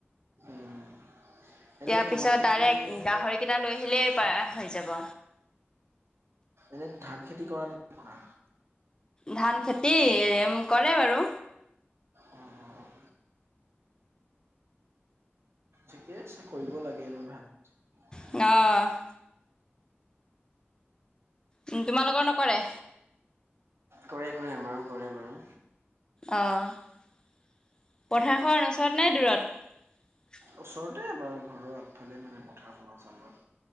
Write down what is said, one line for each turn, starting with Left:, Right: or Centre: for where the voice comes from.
Right: উম, এনে
Left: ইয়া
Right: তোমালোকৰ
Left: পিছত ডাইৰেক্ট
Right: ফালে মানে
Left: গাহৰি কেইটা লৈ আহিলেই। পাৰা হৈ যাব।
Right: এনে ধান খেতি কৰা নকৰা।
Left: ধান খেতি এম কৰে বাৰু
Right: অ', অ', ঠিকে আছে কৰিব লাগে এনেও ধান।
Left: অ উম তোমালোকৰ নকৰে?
Right: কৰে কৰে আমাৰো কৰে বাৰু
Left: অহ পথাখন ওচৰত নে দূৰত
Right: ওচৰতে আমাৰ ঘৰৰ আগফালে মানে পথাৰখন আছে আমাৰ।